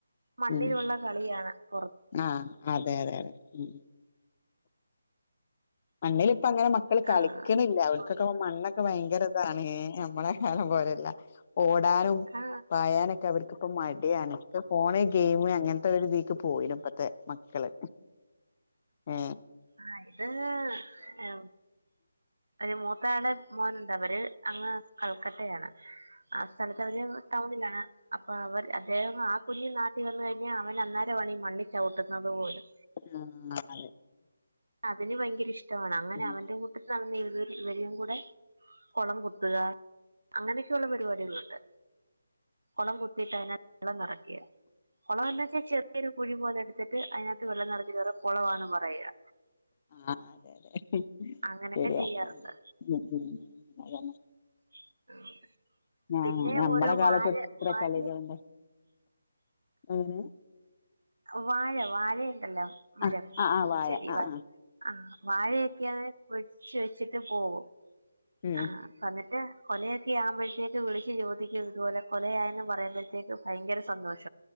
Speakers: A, on the right; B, on the left.
A: മണ്ണിലുള്ള
B: ഉം
A: കളിയാണ് പൊർ
B: ആഹ് അതെ അതെ അതെ ഉം മണ്ണില് ഇപ്പ അങ്ങനെ മക്കള് കളിക്കണില്ല,
A: ആ
B: അവട്ക്കൊക്കെ
A: പൊ-
B: മണ്ണ് ക്കെ വയങ്കര ഇതാണ് നമ്മള കാലം പോലെയല്ല ഓ ടാനും
A: ആ
B: പായാനൊക്കെ അവർക്ക് ഇപ്പ മടി ആണ്, ക്ക ഫോണ് ഗെയിമ് അങ്ങനത്തെ ഒരു ഇതിക്ക് പോയിനപ്പത്തെ മക്കള്. എഎ
A: ആ തെ ആ ഒരു മൂത്താള് മോനെന്തവര് അങ്ങ് കൽക്കട്ടയാണ്. ആ സ്ഥലത്ത് അവര് ടൗണിലാണ്. ആ അവർ അദ്ദേഹം ആ കുഞ്ഞ് നാട് ട്ടി വന്ന് കഴിഞ്ഞാൽ അവൻ അന്നേരമാണി മണ്ണിൽ ചവിട്ടുന്നത് പോലും.
B: ആ അതെ.
A: അതിന് ഭയങ്കര ഇഷ് <unintelligible> അങ്ങനെ
B: ഉം
A: അവന്റെ കൂട്ടത്തിൽ അവൻ ഇവ് ഇവനുംകുടെ കൊളം കുത്തുക അങ്ങനെയൊക്കെയുള്ള പരിപാടികളുണ്ട് കൊളം കുത്തിയിട്ടതിനാ ള്ളന്നറയ്‌ യ്യേ കൊളവല്ലെച്ച ചെറിയൊരു കുഴിപോലെ എടു എന്നിട്ട് അതിനാ ത്ത് വെള്ളം നറച്ചിട്ടത് കൊളവാണ് പറയ്യാ
B: ആഹ് അതെ അതെ
A: അങ്ങനൊക്കെ
B: ശരിയാ
A: ചെയ്യാറുണ്ട്
B: ഉം ഉം ഉം അതന്നെ
A: <inaudible>
B: ആ
A: പിന്നെ
B: ഞമ്മടെ
A: ഓരോ
B: കാലത്ത്
A: വാഴ
B: ഇത്ര
A: വാഴ
B: കളികളുണ്ട് എങ്ങനെ
A: വാഴ വാഴുണ്ടല്ലോ മരം
B: ആ ആ ആ വായ
A: ചെടി
B: ആ
A: വാഴ
B: ആ
A: ആ വാഴയൊക്കെയ കുഴ ചോയ്ച്ചിട്ട് പോവും
B: ഉം
A: ആ പന്നെ മറ്റേ കൊലയൊക്കെ ആവുമ്പോഴത്തേക്ക് വിളിച്ച് ചോദിക്കും ഇതുപോലെ കൊലയായന്ന് പറയുമ്പോഴത്തേക്ക് ഭയങ്കര സന്തോഷ